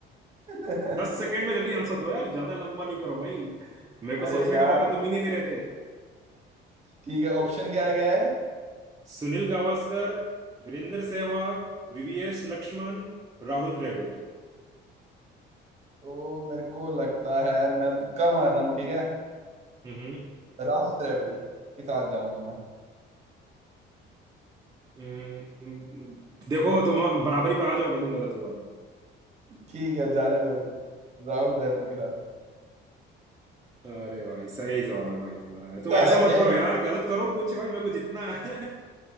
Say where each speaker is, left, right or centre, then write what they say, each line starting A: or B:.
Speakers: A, on the right; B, on the right.
A: <laughs>
B: <laughs> दस सेकेंड में जल्दी आंसर दो यार ज्यादा लंबा नहीं करो भाई मेरे को
A: अरे
B: सोचने
A: यार
B: का मौका तुम ही नहीं दे रहे थे
A: ठीक है ऑप्शन क्या आ गया है
B: सुनील गावस्कर वीरेंद्र सहवाग वीवीएस लक्ष्मण राहुल द्रविड़
A: तो मेरे को लगता है मैं तुक्का मार रहा हूँ ठीक है
B: हम्म
A: राहुल द्रविड़ के साथ जाऊंगा मैं
B: हम्म, देखो तुम बराबरी पे आ जाओगे तुम गलत हुआ तुम
A: ठीक है जाने दो राहुल द्रविड़ के साथ
B: अरे भाई सही जवाब है भाई तुम्हारा तुम
A: <laughs> अरे
B: ऐसा मत करो यार गलत करो कुछ भाई मेरे को जितना है